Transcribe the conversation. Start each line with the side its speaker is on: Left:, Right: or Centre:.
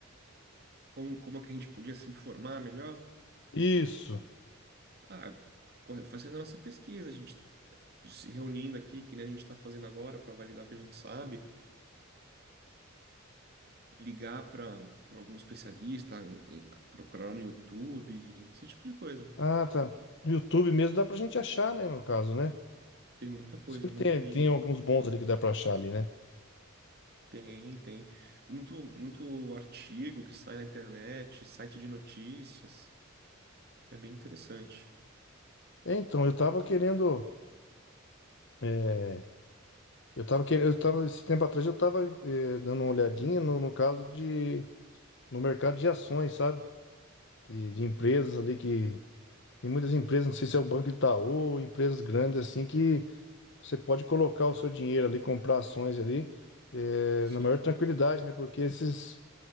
Right: Como, como é que a gente podia se informar melhor?
Left: Isso.
Right: Ah, corre- fazendo a nossa pesquisa, a gente se reunindo aqui, que nem a gente está fazendo agora para validar o que a gente sabe, ligar para algum especialista, em- procurar no YouTube, esse tipo de coisa.
Left: Ah, tá. No YouTube mesmo dá pra gente achar, né, no caso, né?
Right: Tem muita coisa,
Left: Sempre
Right: muito
Left: tem,
Right: vídeo
Left: tem
Right: lá.
Left: alguns bons ali que dá pra achar ali, né?
Right: Tem, tem. Muito, muito artigo que sai na internet, site de notícias. É bem interessante.
Left: É, Então, eu tava querendo. é, eu tava
Right: Sim,
Left: querendo. Eu tava, esse tempo atrás eu tava é, dando uma olhadinha no, no caso de. No mercado de ações, sabe? Que, de empresas ali que. Tem muitas empresas, não sei se é o Banco Itaú, empresas grandes assim, que você pode colocar o seu dinheiro ali, comprar ações ali, é,
Right: Sim,
Left: na maior tranquilidade, né? Porque esses.